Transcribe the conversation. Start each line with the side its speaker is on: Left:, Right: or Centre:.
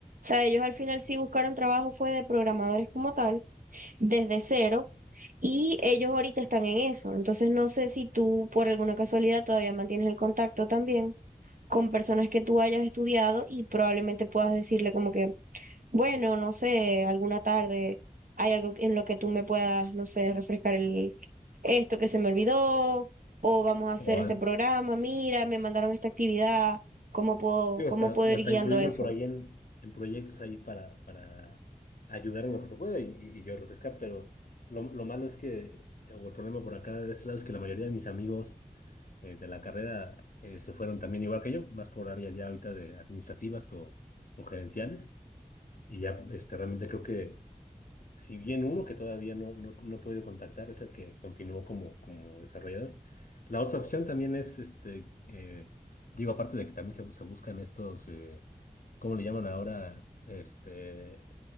Right: sea, ellos al final sí buscaron trabajo, fue de programadores como tal, desde cero Y ellos ahorita están en eso. Entonces no sé si tú por alguna casualidad todavía mantienes el contacto también con personas que tú hayas estudiado y probablemente puedas decirle como que, bueno, no sé, alguna tarde hay algo en lo que tú me puedas, no sé, refrescar el esto que se me olvidó o vamos a hacer
Left: O, a-
Right: este programa, mira, me mandaron esta actividad, ¿cómo puedo,
Left: digo,
Right: cómo
Left: hasta,
Right: puedo
Left: o
Right: ir
Left: hasta
Right: guiando
Left: incluirme
Right: eso?
Left: por ahí en, en proyectos ahí para, para ayudar en lo que se pueda y, y- y yo refrescar, pero lo, lo malo es que, o el problema por acá de este lado es que la mayoría de mis amigos eh, de la carrera eh, se fueron también igual que yo, más por áreas ya ahorita de administrativas o, o gerenciales, y ya este, realmente creo que Si bien uno que todavía no, no, no he podido contactar es el que continuó como, como desarrollador. La otra opción también es, este, eh, digo, aparte de que también se, se buscan estos, eh, ¿cómo le llaman ahora? Este,